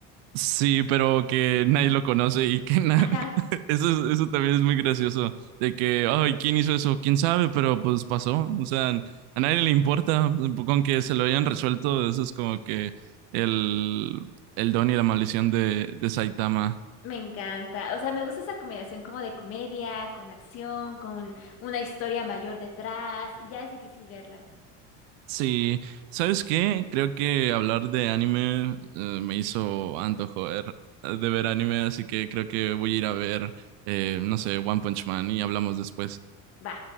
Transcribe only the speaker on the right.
Sí, pero que nadie lo conoce y que na-
<laughs> Eso, es- eso también es muy gracioso, de que, ay, ¿quién hizo eso? ¿Quién sabe? Pero pues pasó, o sea, a nadie le importa, con que se lo hayan resuelto, eso es como que el, el don y la maldición de, de Saitama.
Sí, ¿sabes qué? Creo que hablar de anime eh, me hizo antojo er- de ver anime, así que creo que voy a ir a ver, eh, no sé, One Punch Man y hablamos después.